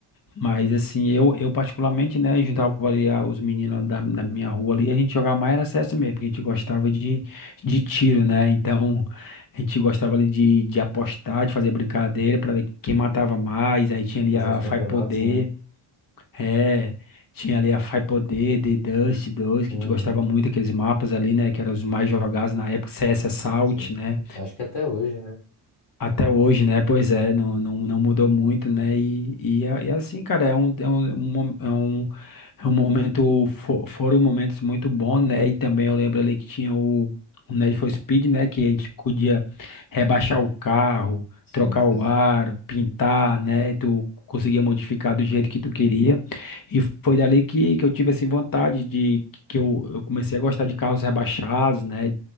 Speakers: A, on the left; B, on the left.
A: mas assim, eu, eu particularmente, né, juntava ali a- os meninos da, da minha rua ali, a gente jogava mais era CS mesmo, porque a gente gostava de, de tiro, né, então a gente gostava ali de, de apostar, de fazer brincadeira para ver quem matava mais, aí tinha ali
B: Fazer
A: a
B: uns campeonatos,
A: Fai Poder,
B: né?
A: é, tinha ali a Fai-Poder, The Dust 2, que
B: Uhum,
A: a gente gostava muito daqueles mapas ali, né? Que eram os mais jogados na época, CS Assault,
B: sim.
A: né?
B: Acho que até hoje, né?
A: Até hoje, né? Pois é, não, não, não mudou muito, né? E, e, a- e é assim, cara, é um, é um, mo- é um, é um momento, fo- foram momentos muito bons, né? E também eu lembro ali que tinha o, o Need for Speed, né? Que a gente podia rebaixar o carro,
B: Sim,
A: trocar
B: fazer.
A: o aro, pintar, né? E tu conseguia modificar do jeito que tu queria. E foi dali que, que eu tive, assim, vontade de... Que eu, eu comecei a gostar de carros rebaixados, né?